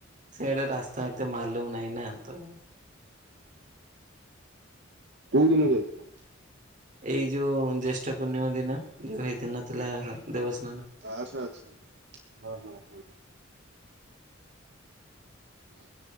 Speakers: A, on the right (about 40°); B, on the right (about 60°).
A: ସେଆଡେ ରାସ୍ତା ଏତେ ମାଲୁମ ନାହିଁ ନା ତ ହଁ।
B: କୋଉ ଦିନ ଯାଇଥିଲ?
A: ଏଇ ଯୋଉ ଜ୍ୟେଷ୍ଠ ପୂର୍ଣ୍ଣିମା ଦିନ ଯୋଉ ହେଇଥିନଥିଲା ଦେବସ୍
B: ଆଛା ଆଚ୍ଛା ହଁ ହଁ ହଁ ହ।